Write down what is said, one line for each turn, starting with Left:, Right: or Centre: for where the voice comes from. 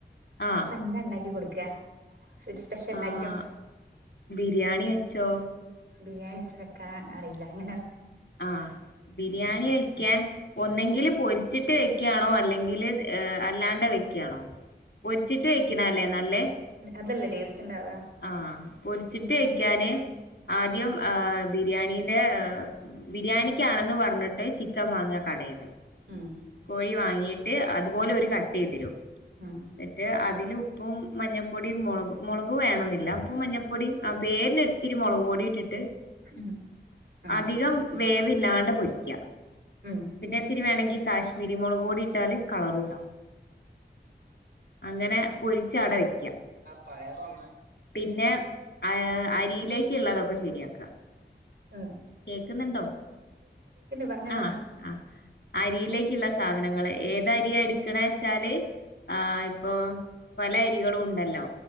Left: ആഹ്
Right: അപ്പെന്താണ്ടാക്കി കൊട്ക്ക സിസ് സ്പെഷ്യൽ
Left: ആഹ്
Right: ഐറ്റം
Left: ബിരിയാണി വെച്ചോ
Right: ബിരിയാണിക്ക് വെക്കാൻ അറിയില്ല അങ്ങനെ
Left: ആഹ് ബിരിയാണിയയ് ക്കാൻ ഒന്നെങ്കില് പൊരിച്ചിട്ട് വെക്ക്യാണോ അല്ലെങ്കില് എ അല്ലാണ്ടെ വെക്ക്യാണോ? പൊരിച്ചിട്ട് വെക്ക്ണല്ലേ നല്ലേ
Right: അതല്ലേ ടേസ്റ്റ് ഇണ്ടാവ
Left: ആഹ് പൊരിച്ചിട്ട്
Right: ഉം
Left: വെ ക്കാന് ആദ്യം ആ ബിരിയാണീന്റെ ബിരിയാണിക്കാണെന്ന് പർ പർഞിട്ട് ചിക്കൻ വാങ്ങ കടേന്ന്
Right: ഉം
Left: കോഴി വാങ്ങീട്ട് അതുപോലോര് കട്ടെയ്തരും
Right: അഹ്
Left: എന്നിട്ട് അതില് ഉപ്പും മഞ്ഞപ്പൊടിയും മൊളക് മൊളക് വേണന്നില്ല ഉപ്പും മഞ്ഞപ്പൊടിയും അഹ് പേരിനൊരിത്തിരി മുളക് പൊടീട്ടിട്ട്
Right: ഉം ആഹ്
Left: അധികം വേവില്ലാണ്ട് പൊരിക്ക
Right: ഉം
Left: പിന്നെത്തിരി വേണെങ്കി കാശ്മീരി മൊളക് കൂടി ട്ടാല് കളറൂണ്ടാവും അങ്ങനെ പൊരിച്ചാടെവെക്ക
Right: പയറോന്ന-
Left: പിന്നെ ആ അരിയിലേക്കുള്ളതൊക്കെ ശരിയാക്ക
Right: ഉം
Left: കേക്ക്ന്ന്ണ്ടോ?
Right: പറഞ്ഞോ
Left: ആഹ്
Right: പറഞ്ഞോ
Left: ആഹ് അരിയിലേക്ക്ള്ള സാധനങ്ങള് ഏതരിയാ എട്ക്ക്ണേച്ചാല് ആഹ് ഇപ്പൊ പല അരികളുണ്ടല്ലോ